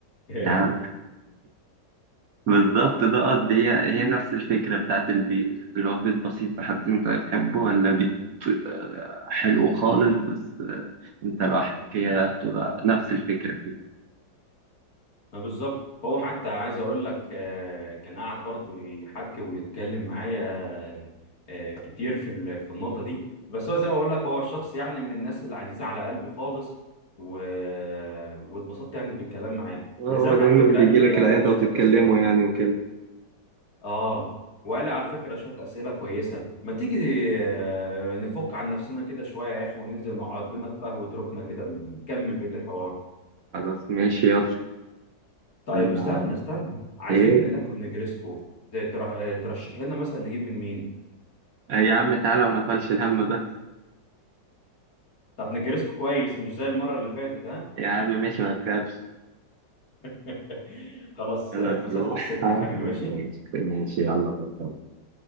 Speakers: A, on the left (about 50°); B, on the right (about 60°).
A: <laughs>
B: يعني بالظبط ده قصدي هي هي نفس الفكرة بتاعت البيت اللي هو بيت بسيط محدش انت هتحبه ولا بيت آه، حلو خالص بس آه، انت لوحدك هي بتبقى نفس الفكرة كده
A: ما بالظبط هو حتى عايز اقول لك آه، كان قاعد برضو يحكي ويتكلم معايا آه، كتير في ال- في النقطه دي بس هو زي ما بقول لك هو الشخص يعني من الناس اللي عزيزه على قلبي خالص و... واتبسطت يعني بالكلام معاه
B: آه،
A: ولذلك
B: هو دايما
A: على فكره
B: بيجي
A: قال لي
B: لك العيادة
A: آه، شويه
B: وتتكلموا
A: اسئله
B: يعني وكده
A: اه وقال لي على فكرة شوية أسئلة كويسة ما تيجي آه، نفك عن نفسنا كده شوية يا أخي وننزل نقعد لنا في قهوة ركنة كده نكمل بقية الحوار
B: خلاص ماشي يلا
A: طيب
B: انا
A: استنى استنى عايزين
B: ايه
A: ناكل نجريسكو ده تر- آه، ترشح لنا مثلا نجيب من مين
B: آه يا عم تعالى وما تقولش الهم بس
A: طب نجريسكو كويس مش زي المرة اللي فاتت ها
B: يا عم ماشي ما تخافش
A: <laughs> خلاص
B: خلاص
A: آه، مسافة
B: روح
A: السكة
B: آه،
A: حبيبي ماشي
B: ماشي ماشي يلا باي باي.